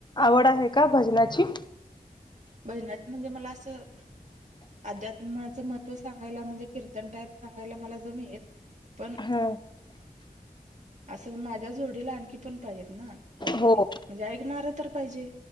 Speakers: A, on the left; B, on the right.
A: आवड आहे का भजनाची?
B: भजनाच म्हणजे मला असं अ अध्यात्माचं महत्व सांगायला म्हणजे कीर्तन टाईप सांगायला मला जमेल पण
A: हां
B: असं म माझ्या जोडीला आणखी पण पाहिजेत ना कोणतरी.
A: हो
B: म्हणजे ऐकणार तर पाहिजे.